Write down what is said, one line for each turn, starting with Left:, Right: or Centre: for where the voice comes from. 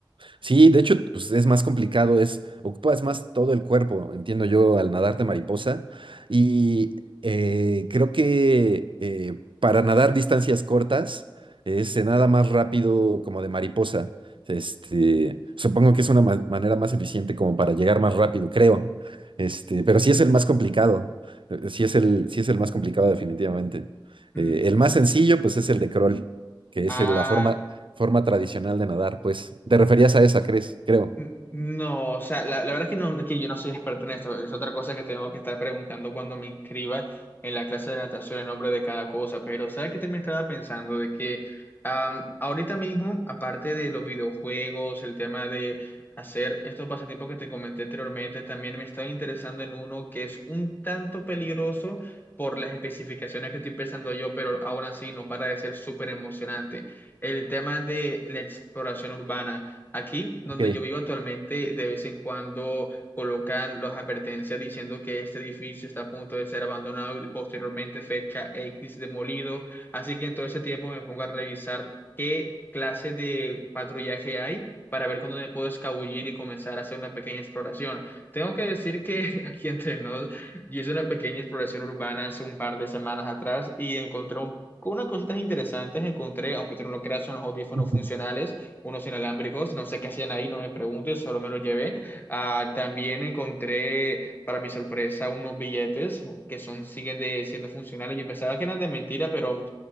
Right: Sí, de hecho, pues es más complicado, es, ocupas más todo el cuerpo, entiendo yo, al nadarte mariposa. Y eh, creo que eh, para nadar distancias cortas eh, se nada más rápido como de mariposa. Este, supongo que es una ma- manera más eficiente como para llegar más rápido, creo. Este, pero sí es el más complicado. eh, Sí es el, sí es el más complicado, definitivamente.
Left: Mm.
Right: Eh, el más sencillo, pues es el de crawl, que es
Left: Ah.
Right: la forma forma tradicional de nadar, pues. Te referías a esa, ¿crees? Creo.
Left: N- No, o sea, la, la verdad es que, no, es que yo no soy experto en esto. Es otra cosa que tengo que estar preguntando cuando me inscriba en la clase de natación el nombre de cada cosa. Pero, ¿sabes qué también estaba pensando? De que am, ahorita mismo, aparte de los videojuegos, el tema de hacer estos pasatiempos que te comenté anteriormente, también me estaba interesando en uno que es un tanto peligroso por las especificaciones que estoy pensando yo, pero aún así no para de ser súper emocionante. El tema de la exploración urbana. Aquí, donde
Right: Ok.
Left: yo vivo actualmente, de vez en cuando colocan las advertencias diciendo que este edificio está a punto de ser abandonado y posteriormente fecha X demolido. Así que en todo ese tiempo me pongo a revisar qué clase de patrullaje hay para ver cuándo me puedo escabullir y comenzar a hacer una pequeña exploración. Tengo que decir que <laughs> aquí entre nos, yo hice una pequeña exploración urbana hace un par de semanas atrás y encontré un- unas cositas interesantes encontré, aunque tú no lo creas, unos audífonos
Right: <laughs>
Left: funcionales unos inalámbricos, no sé qué hacían ahí, no me preguntes, solo me los llevé. Ah, también encontré, para mi sorpresa, unos billetes que son, siguen de- siendo funcionales. Yo pensaba que eran de mentira, pero